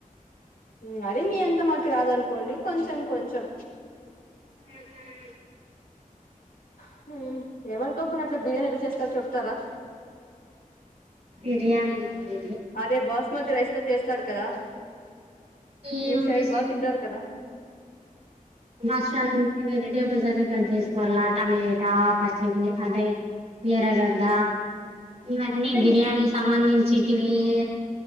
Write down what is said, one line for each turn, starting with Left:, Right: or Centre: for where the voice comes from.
Left: మరి మీ అంతా మాకు రాదనుకోండి, కొంచెం కొంచెం.
Right: ఉహు
Left: హామ్ ఏమనుకోకుండా అట్లా బిర్యానీ ఎట్లా చేస్తారు చెప్తారా
Right: ఈజీఏ అన్ పి
Left: అదే బాస్ మతి రైస్ తో చేస్తారు కదా
Right: ఏముంది
Left: మీ సైడ్ బాగ్ తింటారు కదా
Right: మష్నల్ అని వేజి టేబుల్స్ అని కట్ చేసుకోవాల టమేటా, పర్చిమి, అంటే ఎర్రగడ్డ ఇవన్నీ
Left: అంటే
Right: బిర్యానీ సంబంధించిటివి ఈ